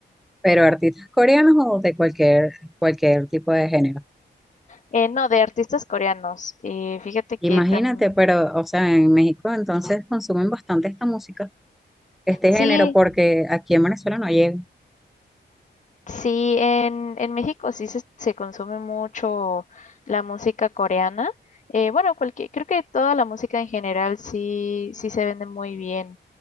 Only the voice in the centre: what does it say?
pero artistas coreanos o de cualquier, cualquier tipo de género.
Imagínate,
pero, o sea, en México entonces consumen bastante esta música, este
género, porque aquí en Venezuela no llega.